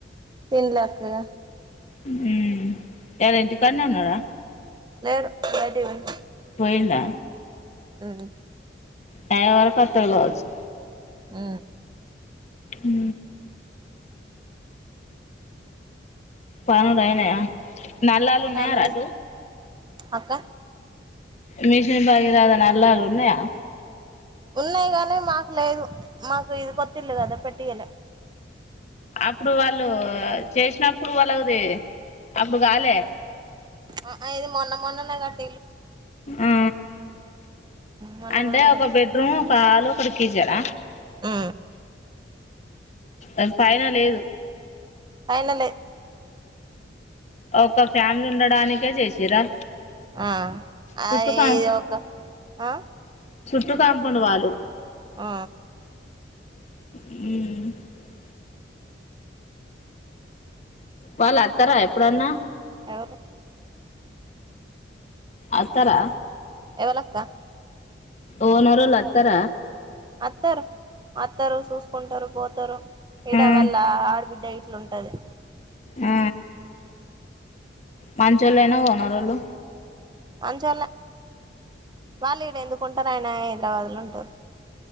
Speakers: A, on the right; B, on the left.
A: తిన్లే అక్క ఇగ
B: ఊ ఇయ్యాల ఇంటి కన్నే ఉన్నారా
A: లేడు బయిటికీ పోయిండు
B: పోయిండా
A: ఉహు
B: టైమ్ వరకు అత్తడు కావచ్చు
A: ఊ
B: ఊ పనులైనయా నల్లాలు ఉన్నాయారా
A: పనులు
B: అటు
A: అక్క
B: మిషిన్ భగీరథ నల్లలు ఉన్నాయా
A: ఉన్నాయి కగానీ మాకు లేదు మాకు ఇది కొత్తిళ్ళు కదా పెట్టియలే
B: అప్పుడు వాళ్ళు చేసినప్పుడు వాళ్ళది అప్పుడు కాలే
A: ఆ ఇది మొన్న మొన్ననే కట్
B: ఆ
A: మొన్న
B: అంటే
A: మొన్ననే
B: ఒక బెడ్రూమ్ ఒక హాలు ఇప్పటికీ ఈ జల
A: ఆ
B: అది పైన లేదు
A: పైన లేద్
B: ఒక ఫ్యామిలీ ఉండడానికే చేసిరా
A: ఆ ఆ
B: చుట్టూ
A: ఏ
B: కా
A: ఒక ఆ
B: చుట్టూ కాంపౌండ్ వాళ్ళు
A: ఆ
B: ఉ వాళ్ళు అత్తరా ఎప్పుడన్నా
A: ఎవరు
B: ఆత్తరా
A: ఎవలక్క
B: ఓనరోళ్లు అత్తార
A: వత్తరు వత్తరు చూసుకుంటరు పోతారు ఇడ
B: ఆ
A: వాళ్ళ ఆడిబిడ్డ ఇ అట్లుంటది
B: ఊ మంచోళ్లేనా ఓనరోళ్లు
A: మజాల వాల ఇడందు కుంటారయణ హైదరాబాద్ లో ఉంటారు